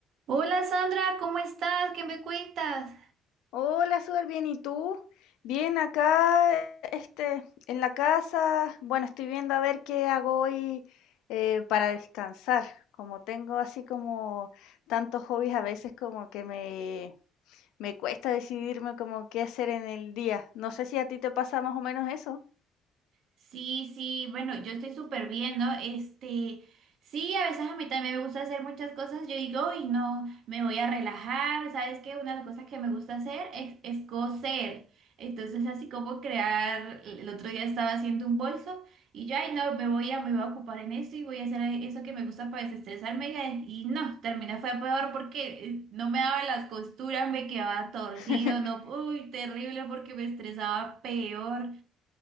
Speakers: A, on the right; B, on the left.
A: Hola Sandra, ¿cómo estás? ¿Qué me cuentas?
B: Hola, súper bien. ¿Y tú? Bien, acá, este, en la casa. Bueno, estoy viendo a ver qué hago hoy eh, para descansar. Como tengo así como tantos hobbies, a veces como que me, me cuesta decidirme como qué hacer en el día. No sé si a ti te pasa más o menos eso.
A: Sí, sí, bueno, yo estoy súper bien, ¿no? Este, sí, a veces a mí también me gusta hacer muchas cosas. Yo digo, uy, no, me voy a relajar. ¿Sabes qué? Una de las cosas que me gusta hacer es, es coser. Entonces, así como crear, el otro día estaba haciendo un bolso y yo, ay, no, me voy a, me voy a ocupar en eso y voy a hacer eso que me gusta para desestresarme. Y, y no, terminé fue peor porque eh, no me daba las costuras, me quedaba torcido,
B: <laughs>
A: no, uy, terrible porque me estresaba peor.